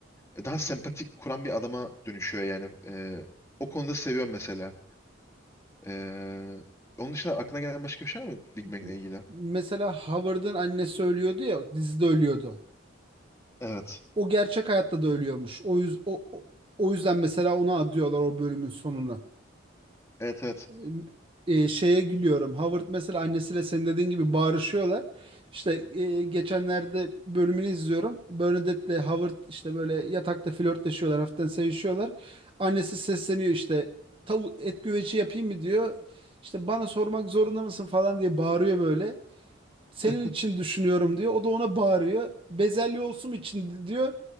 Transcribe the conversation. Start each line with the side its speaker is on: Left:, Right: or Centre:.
Left: E, Daha sempatik kuran bir adama dönüşüyor yani. E, o konuda seviyorum mesela. Ee, onun dışında aklına gelen başka bir şey var mı Big Mac'le
Right: M-
Left: ilgili?
Right: Mesela Howard'ın annesi ölüyordu ya dizide ölüyordu.
Left: Evet.
Right: o gerçek hayatta da ölüyormuş. O yüz o o o yüzden mesela ona adıyorlar o bölümün sonunu.
Left: Evet evet.
Right: Ee, E, şeye gülüyorum. Howard mesela annesiyle senin dediğin gibi bağırışıyorlar. İşte e, geçenlerde bölümünü izliyorum. Bernadette'le Howard işte böyle yatakta flörtleşiyorlar, hafiften sevişiyorlar. Annesi sesleniyor işte tavuk et güveci yapayım mı diyor. İşte bana sormak zorunda mısın falan diye bağırıyor böyle. Senin
Left: <laughs>
Right: için düşünüyorum diyor. O da ona bağırıyor. Bezelye olsun için diyor